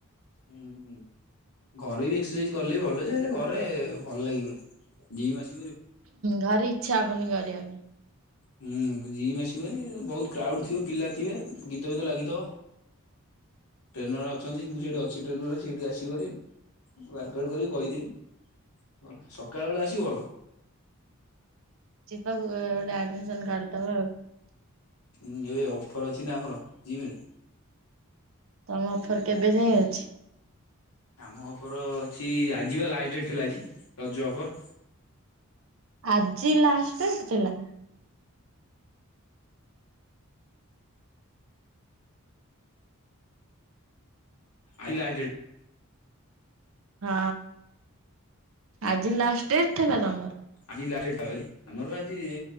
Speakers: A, on the left (about 85°); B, on the right (about 65°).
A: ହୁଁ ହୁଁ। ଘରେ ବି ଏକ୍ସସାଇଜ୍ କଲେ ବି ଭଲ ଯେ ହେଲେ ଘରେ ଭଲ ଲାଗିବନି ଜିମ୍ ଆସି
B: ଘରେ ଇଚ୍ଛା ହବନି କରିବା ପାଇଁ।
A: ହୁଁ ଜିମ୍ ଆସିବୁ ଭାରି ବହୁତ କ୍ରାଉଡ଼୍ ଥିବ ପିଲା ଥିବେ ଗୀତ ବିତ ଲାଗିଥିବ। ଟ୍ରେନର ଅଛନ୍ତି ମୁଁ ସେଇଠି ଅଛି ଟ୍ରେନରେ ସେଇଠି ଆସିବୁ ଭାରି। ୱାର୍କ ଆଉଟ୍ କରିଉ କହିଦେଇ ବଲ ସକାଳ ବେଳା ଆସିବୁ ଭଲ।
B: ଯିବାକୁ ଏ ଗୋଟେ ଆଡ଼ମିସନ୍ କରଦବା ଆଉ।
A: ଉଁ ଏବେ ଅଫର୍ ଅଛି ନାଁ ଆମର ଜିମ୍ ରେ।
B: ତମ ଅଫର୍ କେବେ ଯାଏ ଅଛି?
A: ଆମ ଅପର ଅଛି ଆଜି ବା ଲାଷ୍ଟ୍ ଡେଟ୍ ଥିଲା ଆଜି ରଜ ଅଫର୍।
B: ଆଜି ଲାଷ୍ଟ୍ ଡେଟ୍ ଥିଲା?
A: ଆଇ ଲା ଡେ
B: ହଁ ଆଜି ଲାଷ୍ଟ୍ ଡେଟ୍ ଥିଲା ତମର?
A: ଆଜି ଲା ଡେଟ୍ ଥା ବାଲି ଆମର ଆଜି